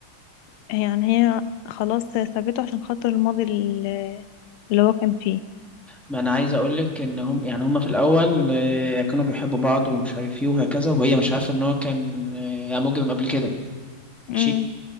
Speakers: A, on the left; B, in the centre.
A: يعني هي خلاص سابته عشان خاطر الماضي ال- اللي هو كان فيه
B: ما انا عايز اقول لك ان هم يعني هم في الاول آه كانوا بيحبوا بعض ومش عارف ايه وهكذا وهي مش عارفه ان هو كان آه مجرم قبل كده
A: امم
B: ماشي